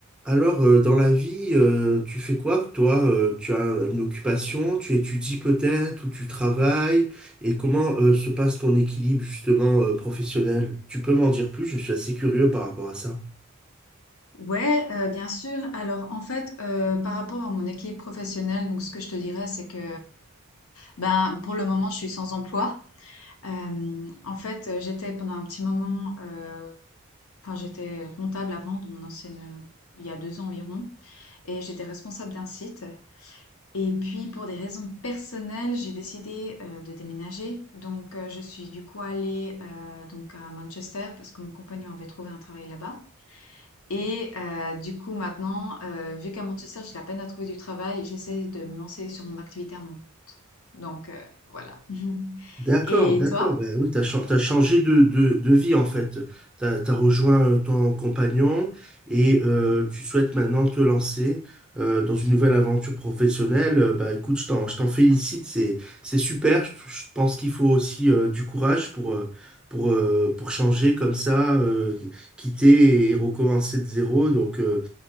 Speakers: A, in the centre; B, on the left (about 80°).
A: Alors, euh, dans la vie, euh, tu fais quoi, toi? Euh, tu as une occupation, tu étudies peut-être ou tu travailles? Et comment euh, se passe ton équilibre justement euh, professionnel? Tu peux m'en dire plus, je suis assez curieux par rapport à ça.
B: Ouais, heu, bien sûr. Alors, en fait, heu, par rapport à mon équipe professionnelle, donc ce que je te dirais, c'est que, ben, pour le moment, je suis sans emploi. Hem, en fait, heu, j'étais pendant un petit moment, heu, enfin, j'étais comptable avant dans mon ancienne, il y a 2 ans environ et j'étais responsable d'un site et puis pour des raisons personnelles, j'ai décidé, heu, de déménager. Donc, heu, je suis du coup allée, heu, donc à Manchester parce que mon compagnon avait trouvé un travail là-bas Et heu, du coup maintenant, heu, vu qu'à Manchester, j'ai de la peine à trouver du travail, j'essaie de me lancer sur mon activité à mon Donc heu, voilà. <laughs>
A: D'accord,
B: Et
A: d'accord.
B: toi?
A: Ben oui, t'as, chan- t'as changé de, de, de vie en fait. T'as, t'as rejoint euh, ton compagnon et euh, tu souhaites maintenant te lancer euh, dans une nouvelle aventure professionnelle. Euh, Bah écoute, je t'en, je t'en félicite, c'est, c'est super. Je, je pense qu'il faut aussi euh, du courage pour, euh, pour, euh, pour changer comme ça, euh, quitter et recommencer de zéro. Donc euh,